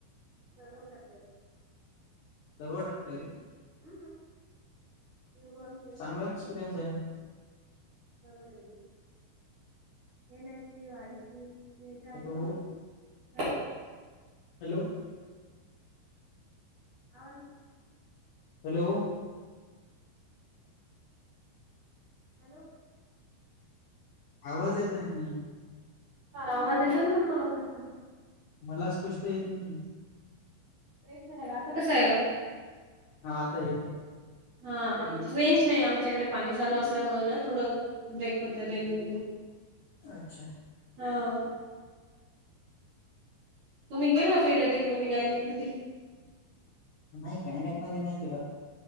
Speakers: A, on the right; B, on the left.
A: सर्व करत्यात.
B: सर्व टाकतय ते,
A: हम्म न्यू बॉर्न केअर
B: चांगला एक्सपिरियन्स आहे मग.
A: <unintelligible> याच्या आधी
B: hello
A: hello
B: hello.
A: <inaudible>
B: Hello.
A: Hello.
B: आवाज येत आहे नाही.
A: आवाज येतो ना, पण मला स्पष्ट.
B: मला स्पष्ट येत नाहीे.
A: <unintelligible> आता कसं आयला.
B: हां आता येतोय.
A: हा रेंज नाही. आमच्याकडे पाणी चालू असल्यामुळं ना थोडं, ब्रेक होत, रेंज मध्ये
B: अच्छा
A: हां. तुम्ही गेलं होते पीर्यटक मध्ये गायणीक मधी.
B: नाही गायनाक मध्ये नाही केलं.